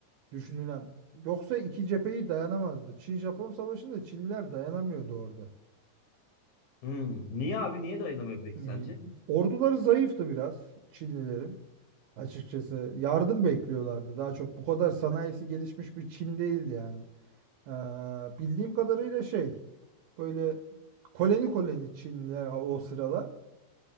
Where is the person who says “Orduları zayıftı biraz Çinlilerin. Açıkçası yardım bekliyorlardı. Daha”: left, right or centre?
Right